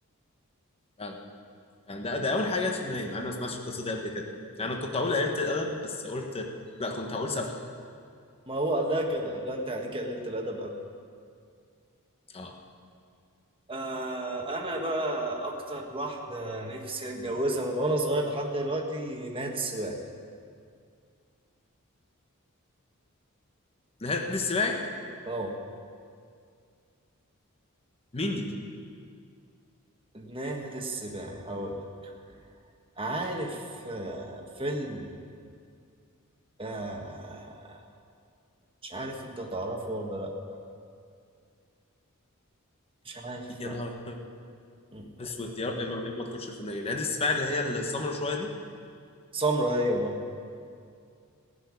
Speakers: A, on the left; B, on the right.
A: فعلا يعني ده ده اول حاجه جت في دماغي مع اني ما سمعتش القصه دي قبل كده يعني انا كنت هقول قلة الادب بس قلت لا كنت هقول سفله
B: ما هو قال لها كده قال لها انت عينيكي قليلة الادب قوي
A: اه
B: آه انا بقى اكتر واحده نفسي اتجوزها من وانا صغير لحد دلوقتي ناهد السباعي
A: نهاد السباعي
B: اه
A: مين دي؟
B: ناهد السباعي هقول لك. عارف آه فيلم آه مش عارف انت تعرفه ولا لا مش عارف
A: يا
B: لا
A: نهار
B: م-
A: اسود يا رب ما ما- ما تكونش في دماغي نهاد السباعي اللي هي السمرة شويه دي
B: سمرة هي اه